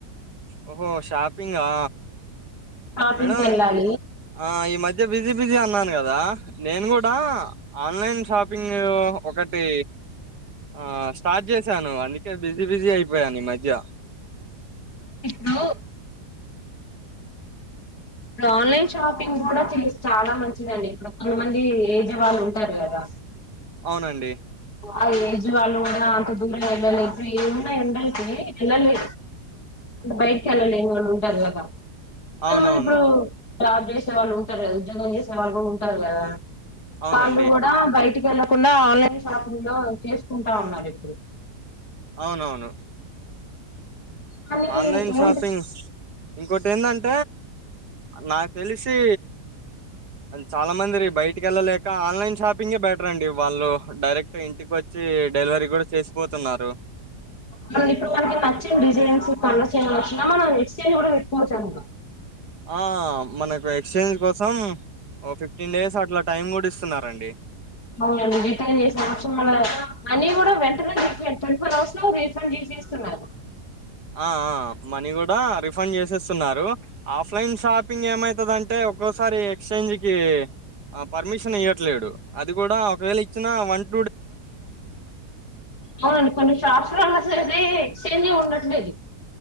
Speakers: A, on the right; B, on the left.
A: ఓహో షాపింగా
B: షాపింగ్
A: మేడం
B: కి వెళ్ళాలి
A: ఇ ఆ ఈ మధ్య బిజీ బిజీ అన్నాను కదా నేను కూడా ఆన్లైన్ షాపింగ్ ఒకటి ఆ స్టార్ట్ చేశాను అందుకే బిజీ బిజీ అయిపోయాను ఈ మధ్య
B: బ్లూ ఆన్లైన్ షాపింగ్ కూడా తె చాలా మంచిదండి ఇప్పుడు కొంతమంది ఏజ్ వాళ్ళు ఉంటారు కదా
A: అవునండి
B: ఆ ఏజ్ వాళ్ళు కూడా అంత దూరం వెళ్ళలేక ఏమున్నా ఉండాల వెళ్ళలే బైక్ వెళ్ళలేమని ఉంటారు కదా కానీ
A: అవునవును
B: మన ఇప్పుడు జాబ్ చేసే వాళ్ళు ఉంటారు కదా ఉద్యోగం చేసే వాళ్ళు కూడా ఉంటారు కదా
A: అవునండి
B: వాళ్ళు కూడా బయటికి వెళ్లకుండా ఆన్లైన్ షాపింగ్ లో చేసుకుంటా ఉన్నారూ ఇప్పుడు
A: అవునవును
B: కానీ
A: ఆన్లైన్
B: ఏంటి
A: షాపింగ్ ఇంకోటి ఏందంటే నాకు తెలిసి చాలా మంది బయటికి వెళ్ళలేక ఆన్లైన్ షాపింగే బెటర్ అండి వాళ్ళు డైరెక్ట్ ఇంటికి వచ్చి డెలివరీ కూడా చేసిపోతున్నారు
B: మనం ఇప్పుడు మనకి నచ్చిన డిజైన్స్ కండల చేం వచ్చిన మనం ఎక్స్ చేంజ్ కూడా పెక్కువచ్చాను
A: ఆ మనకు ఎక్స్చేంజ్ కోసం ఓ ఫిఫ్టీన్ డేస్ అట్లా టైం కూడా ఇస్తున్నారండి
B: అవునం రిటర్న్ చేసిన అవసం అన్ని కూడా వెంటనే రిఫడ్ ట్వంటీ ఫోర్ అవర్స్ లో రిఫండ్ చేసి ఇస్తున్నారు
A: ఆ మనీ కూడా రిఫండ్ చేసేస్తున్నారు ఆఫ్ లైన్ షాపింగ్ ఏమైతుందంటే ఒక్కోసారి ఎక్స్చేంజ్ కి పర్మిషన్ ఇయ్యట్లేదు అది కూడా ఒకవేళ వ వంట
B: అవునండి కొన్ని షార్ట్స్ లో ఉన్నా సర ఇద ఎక్స్చేంజ్ంట ట్లేది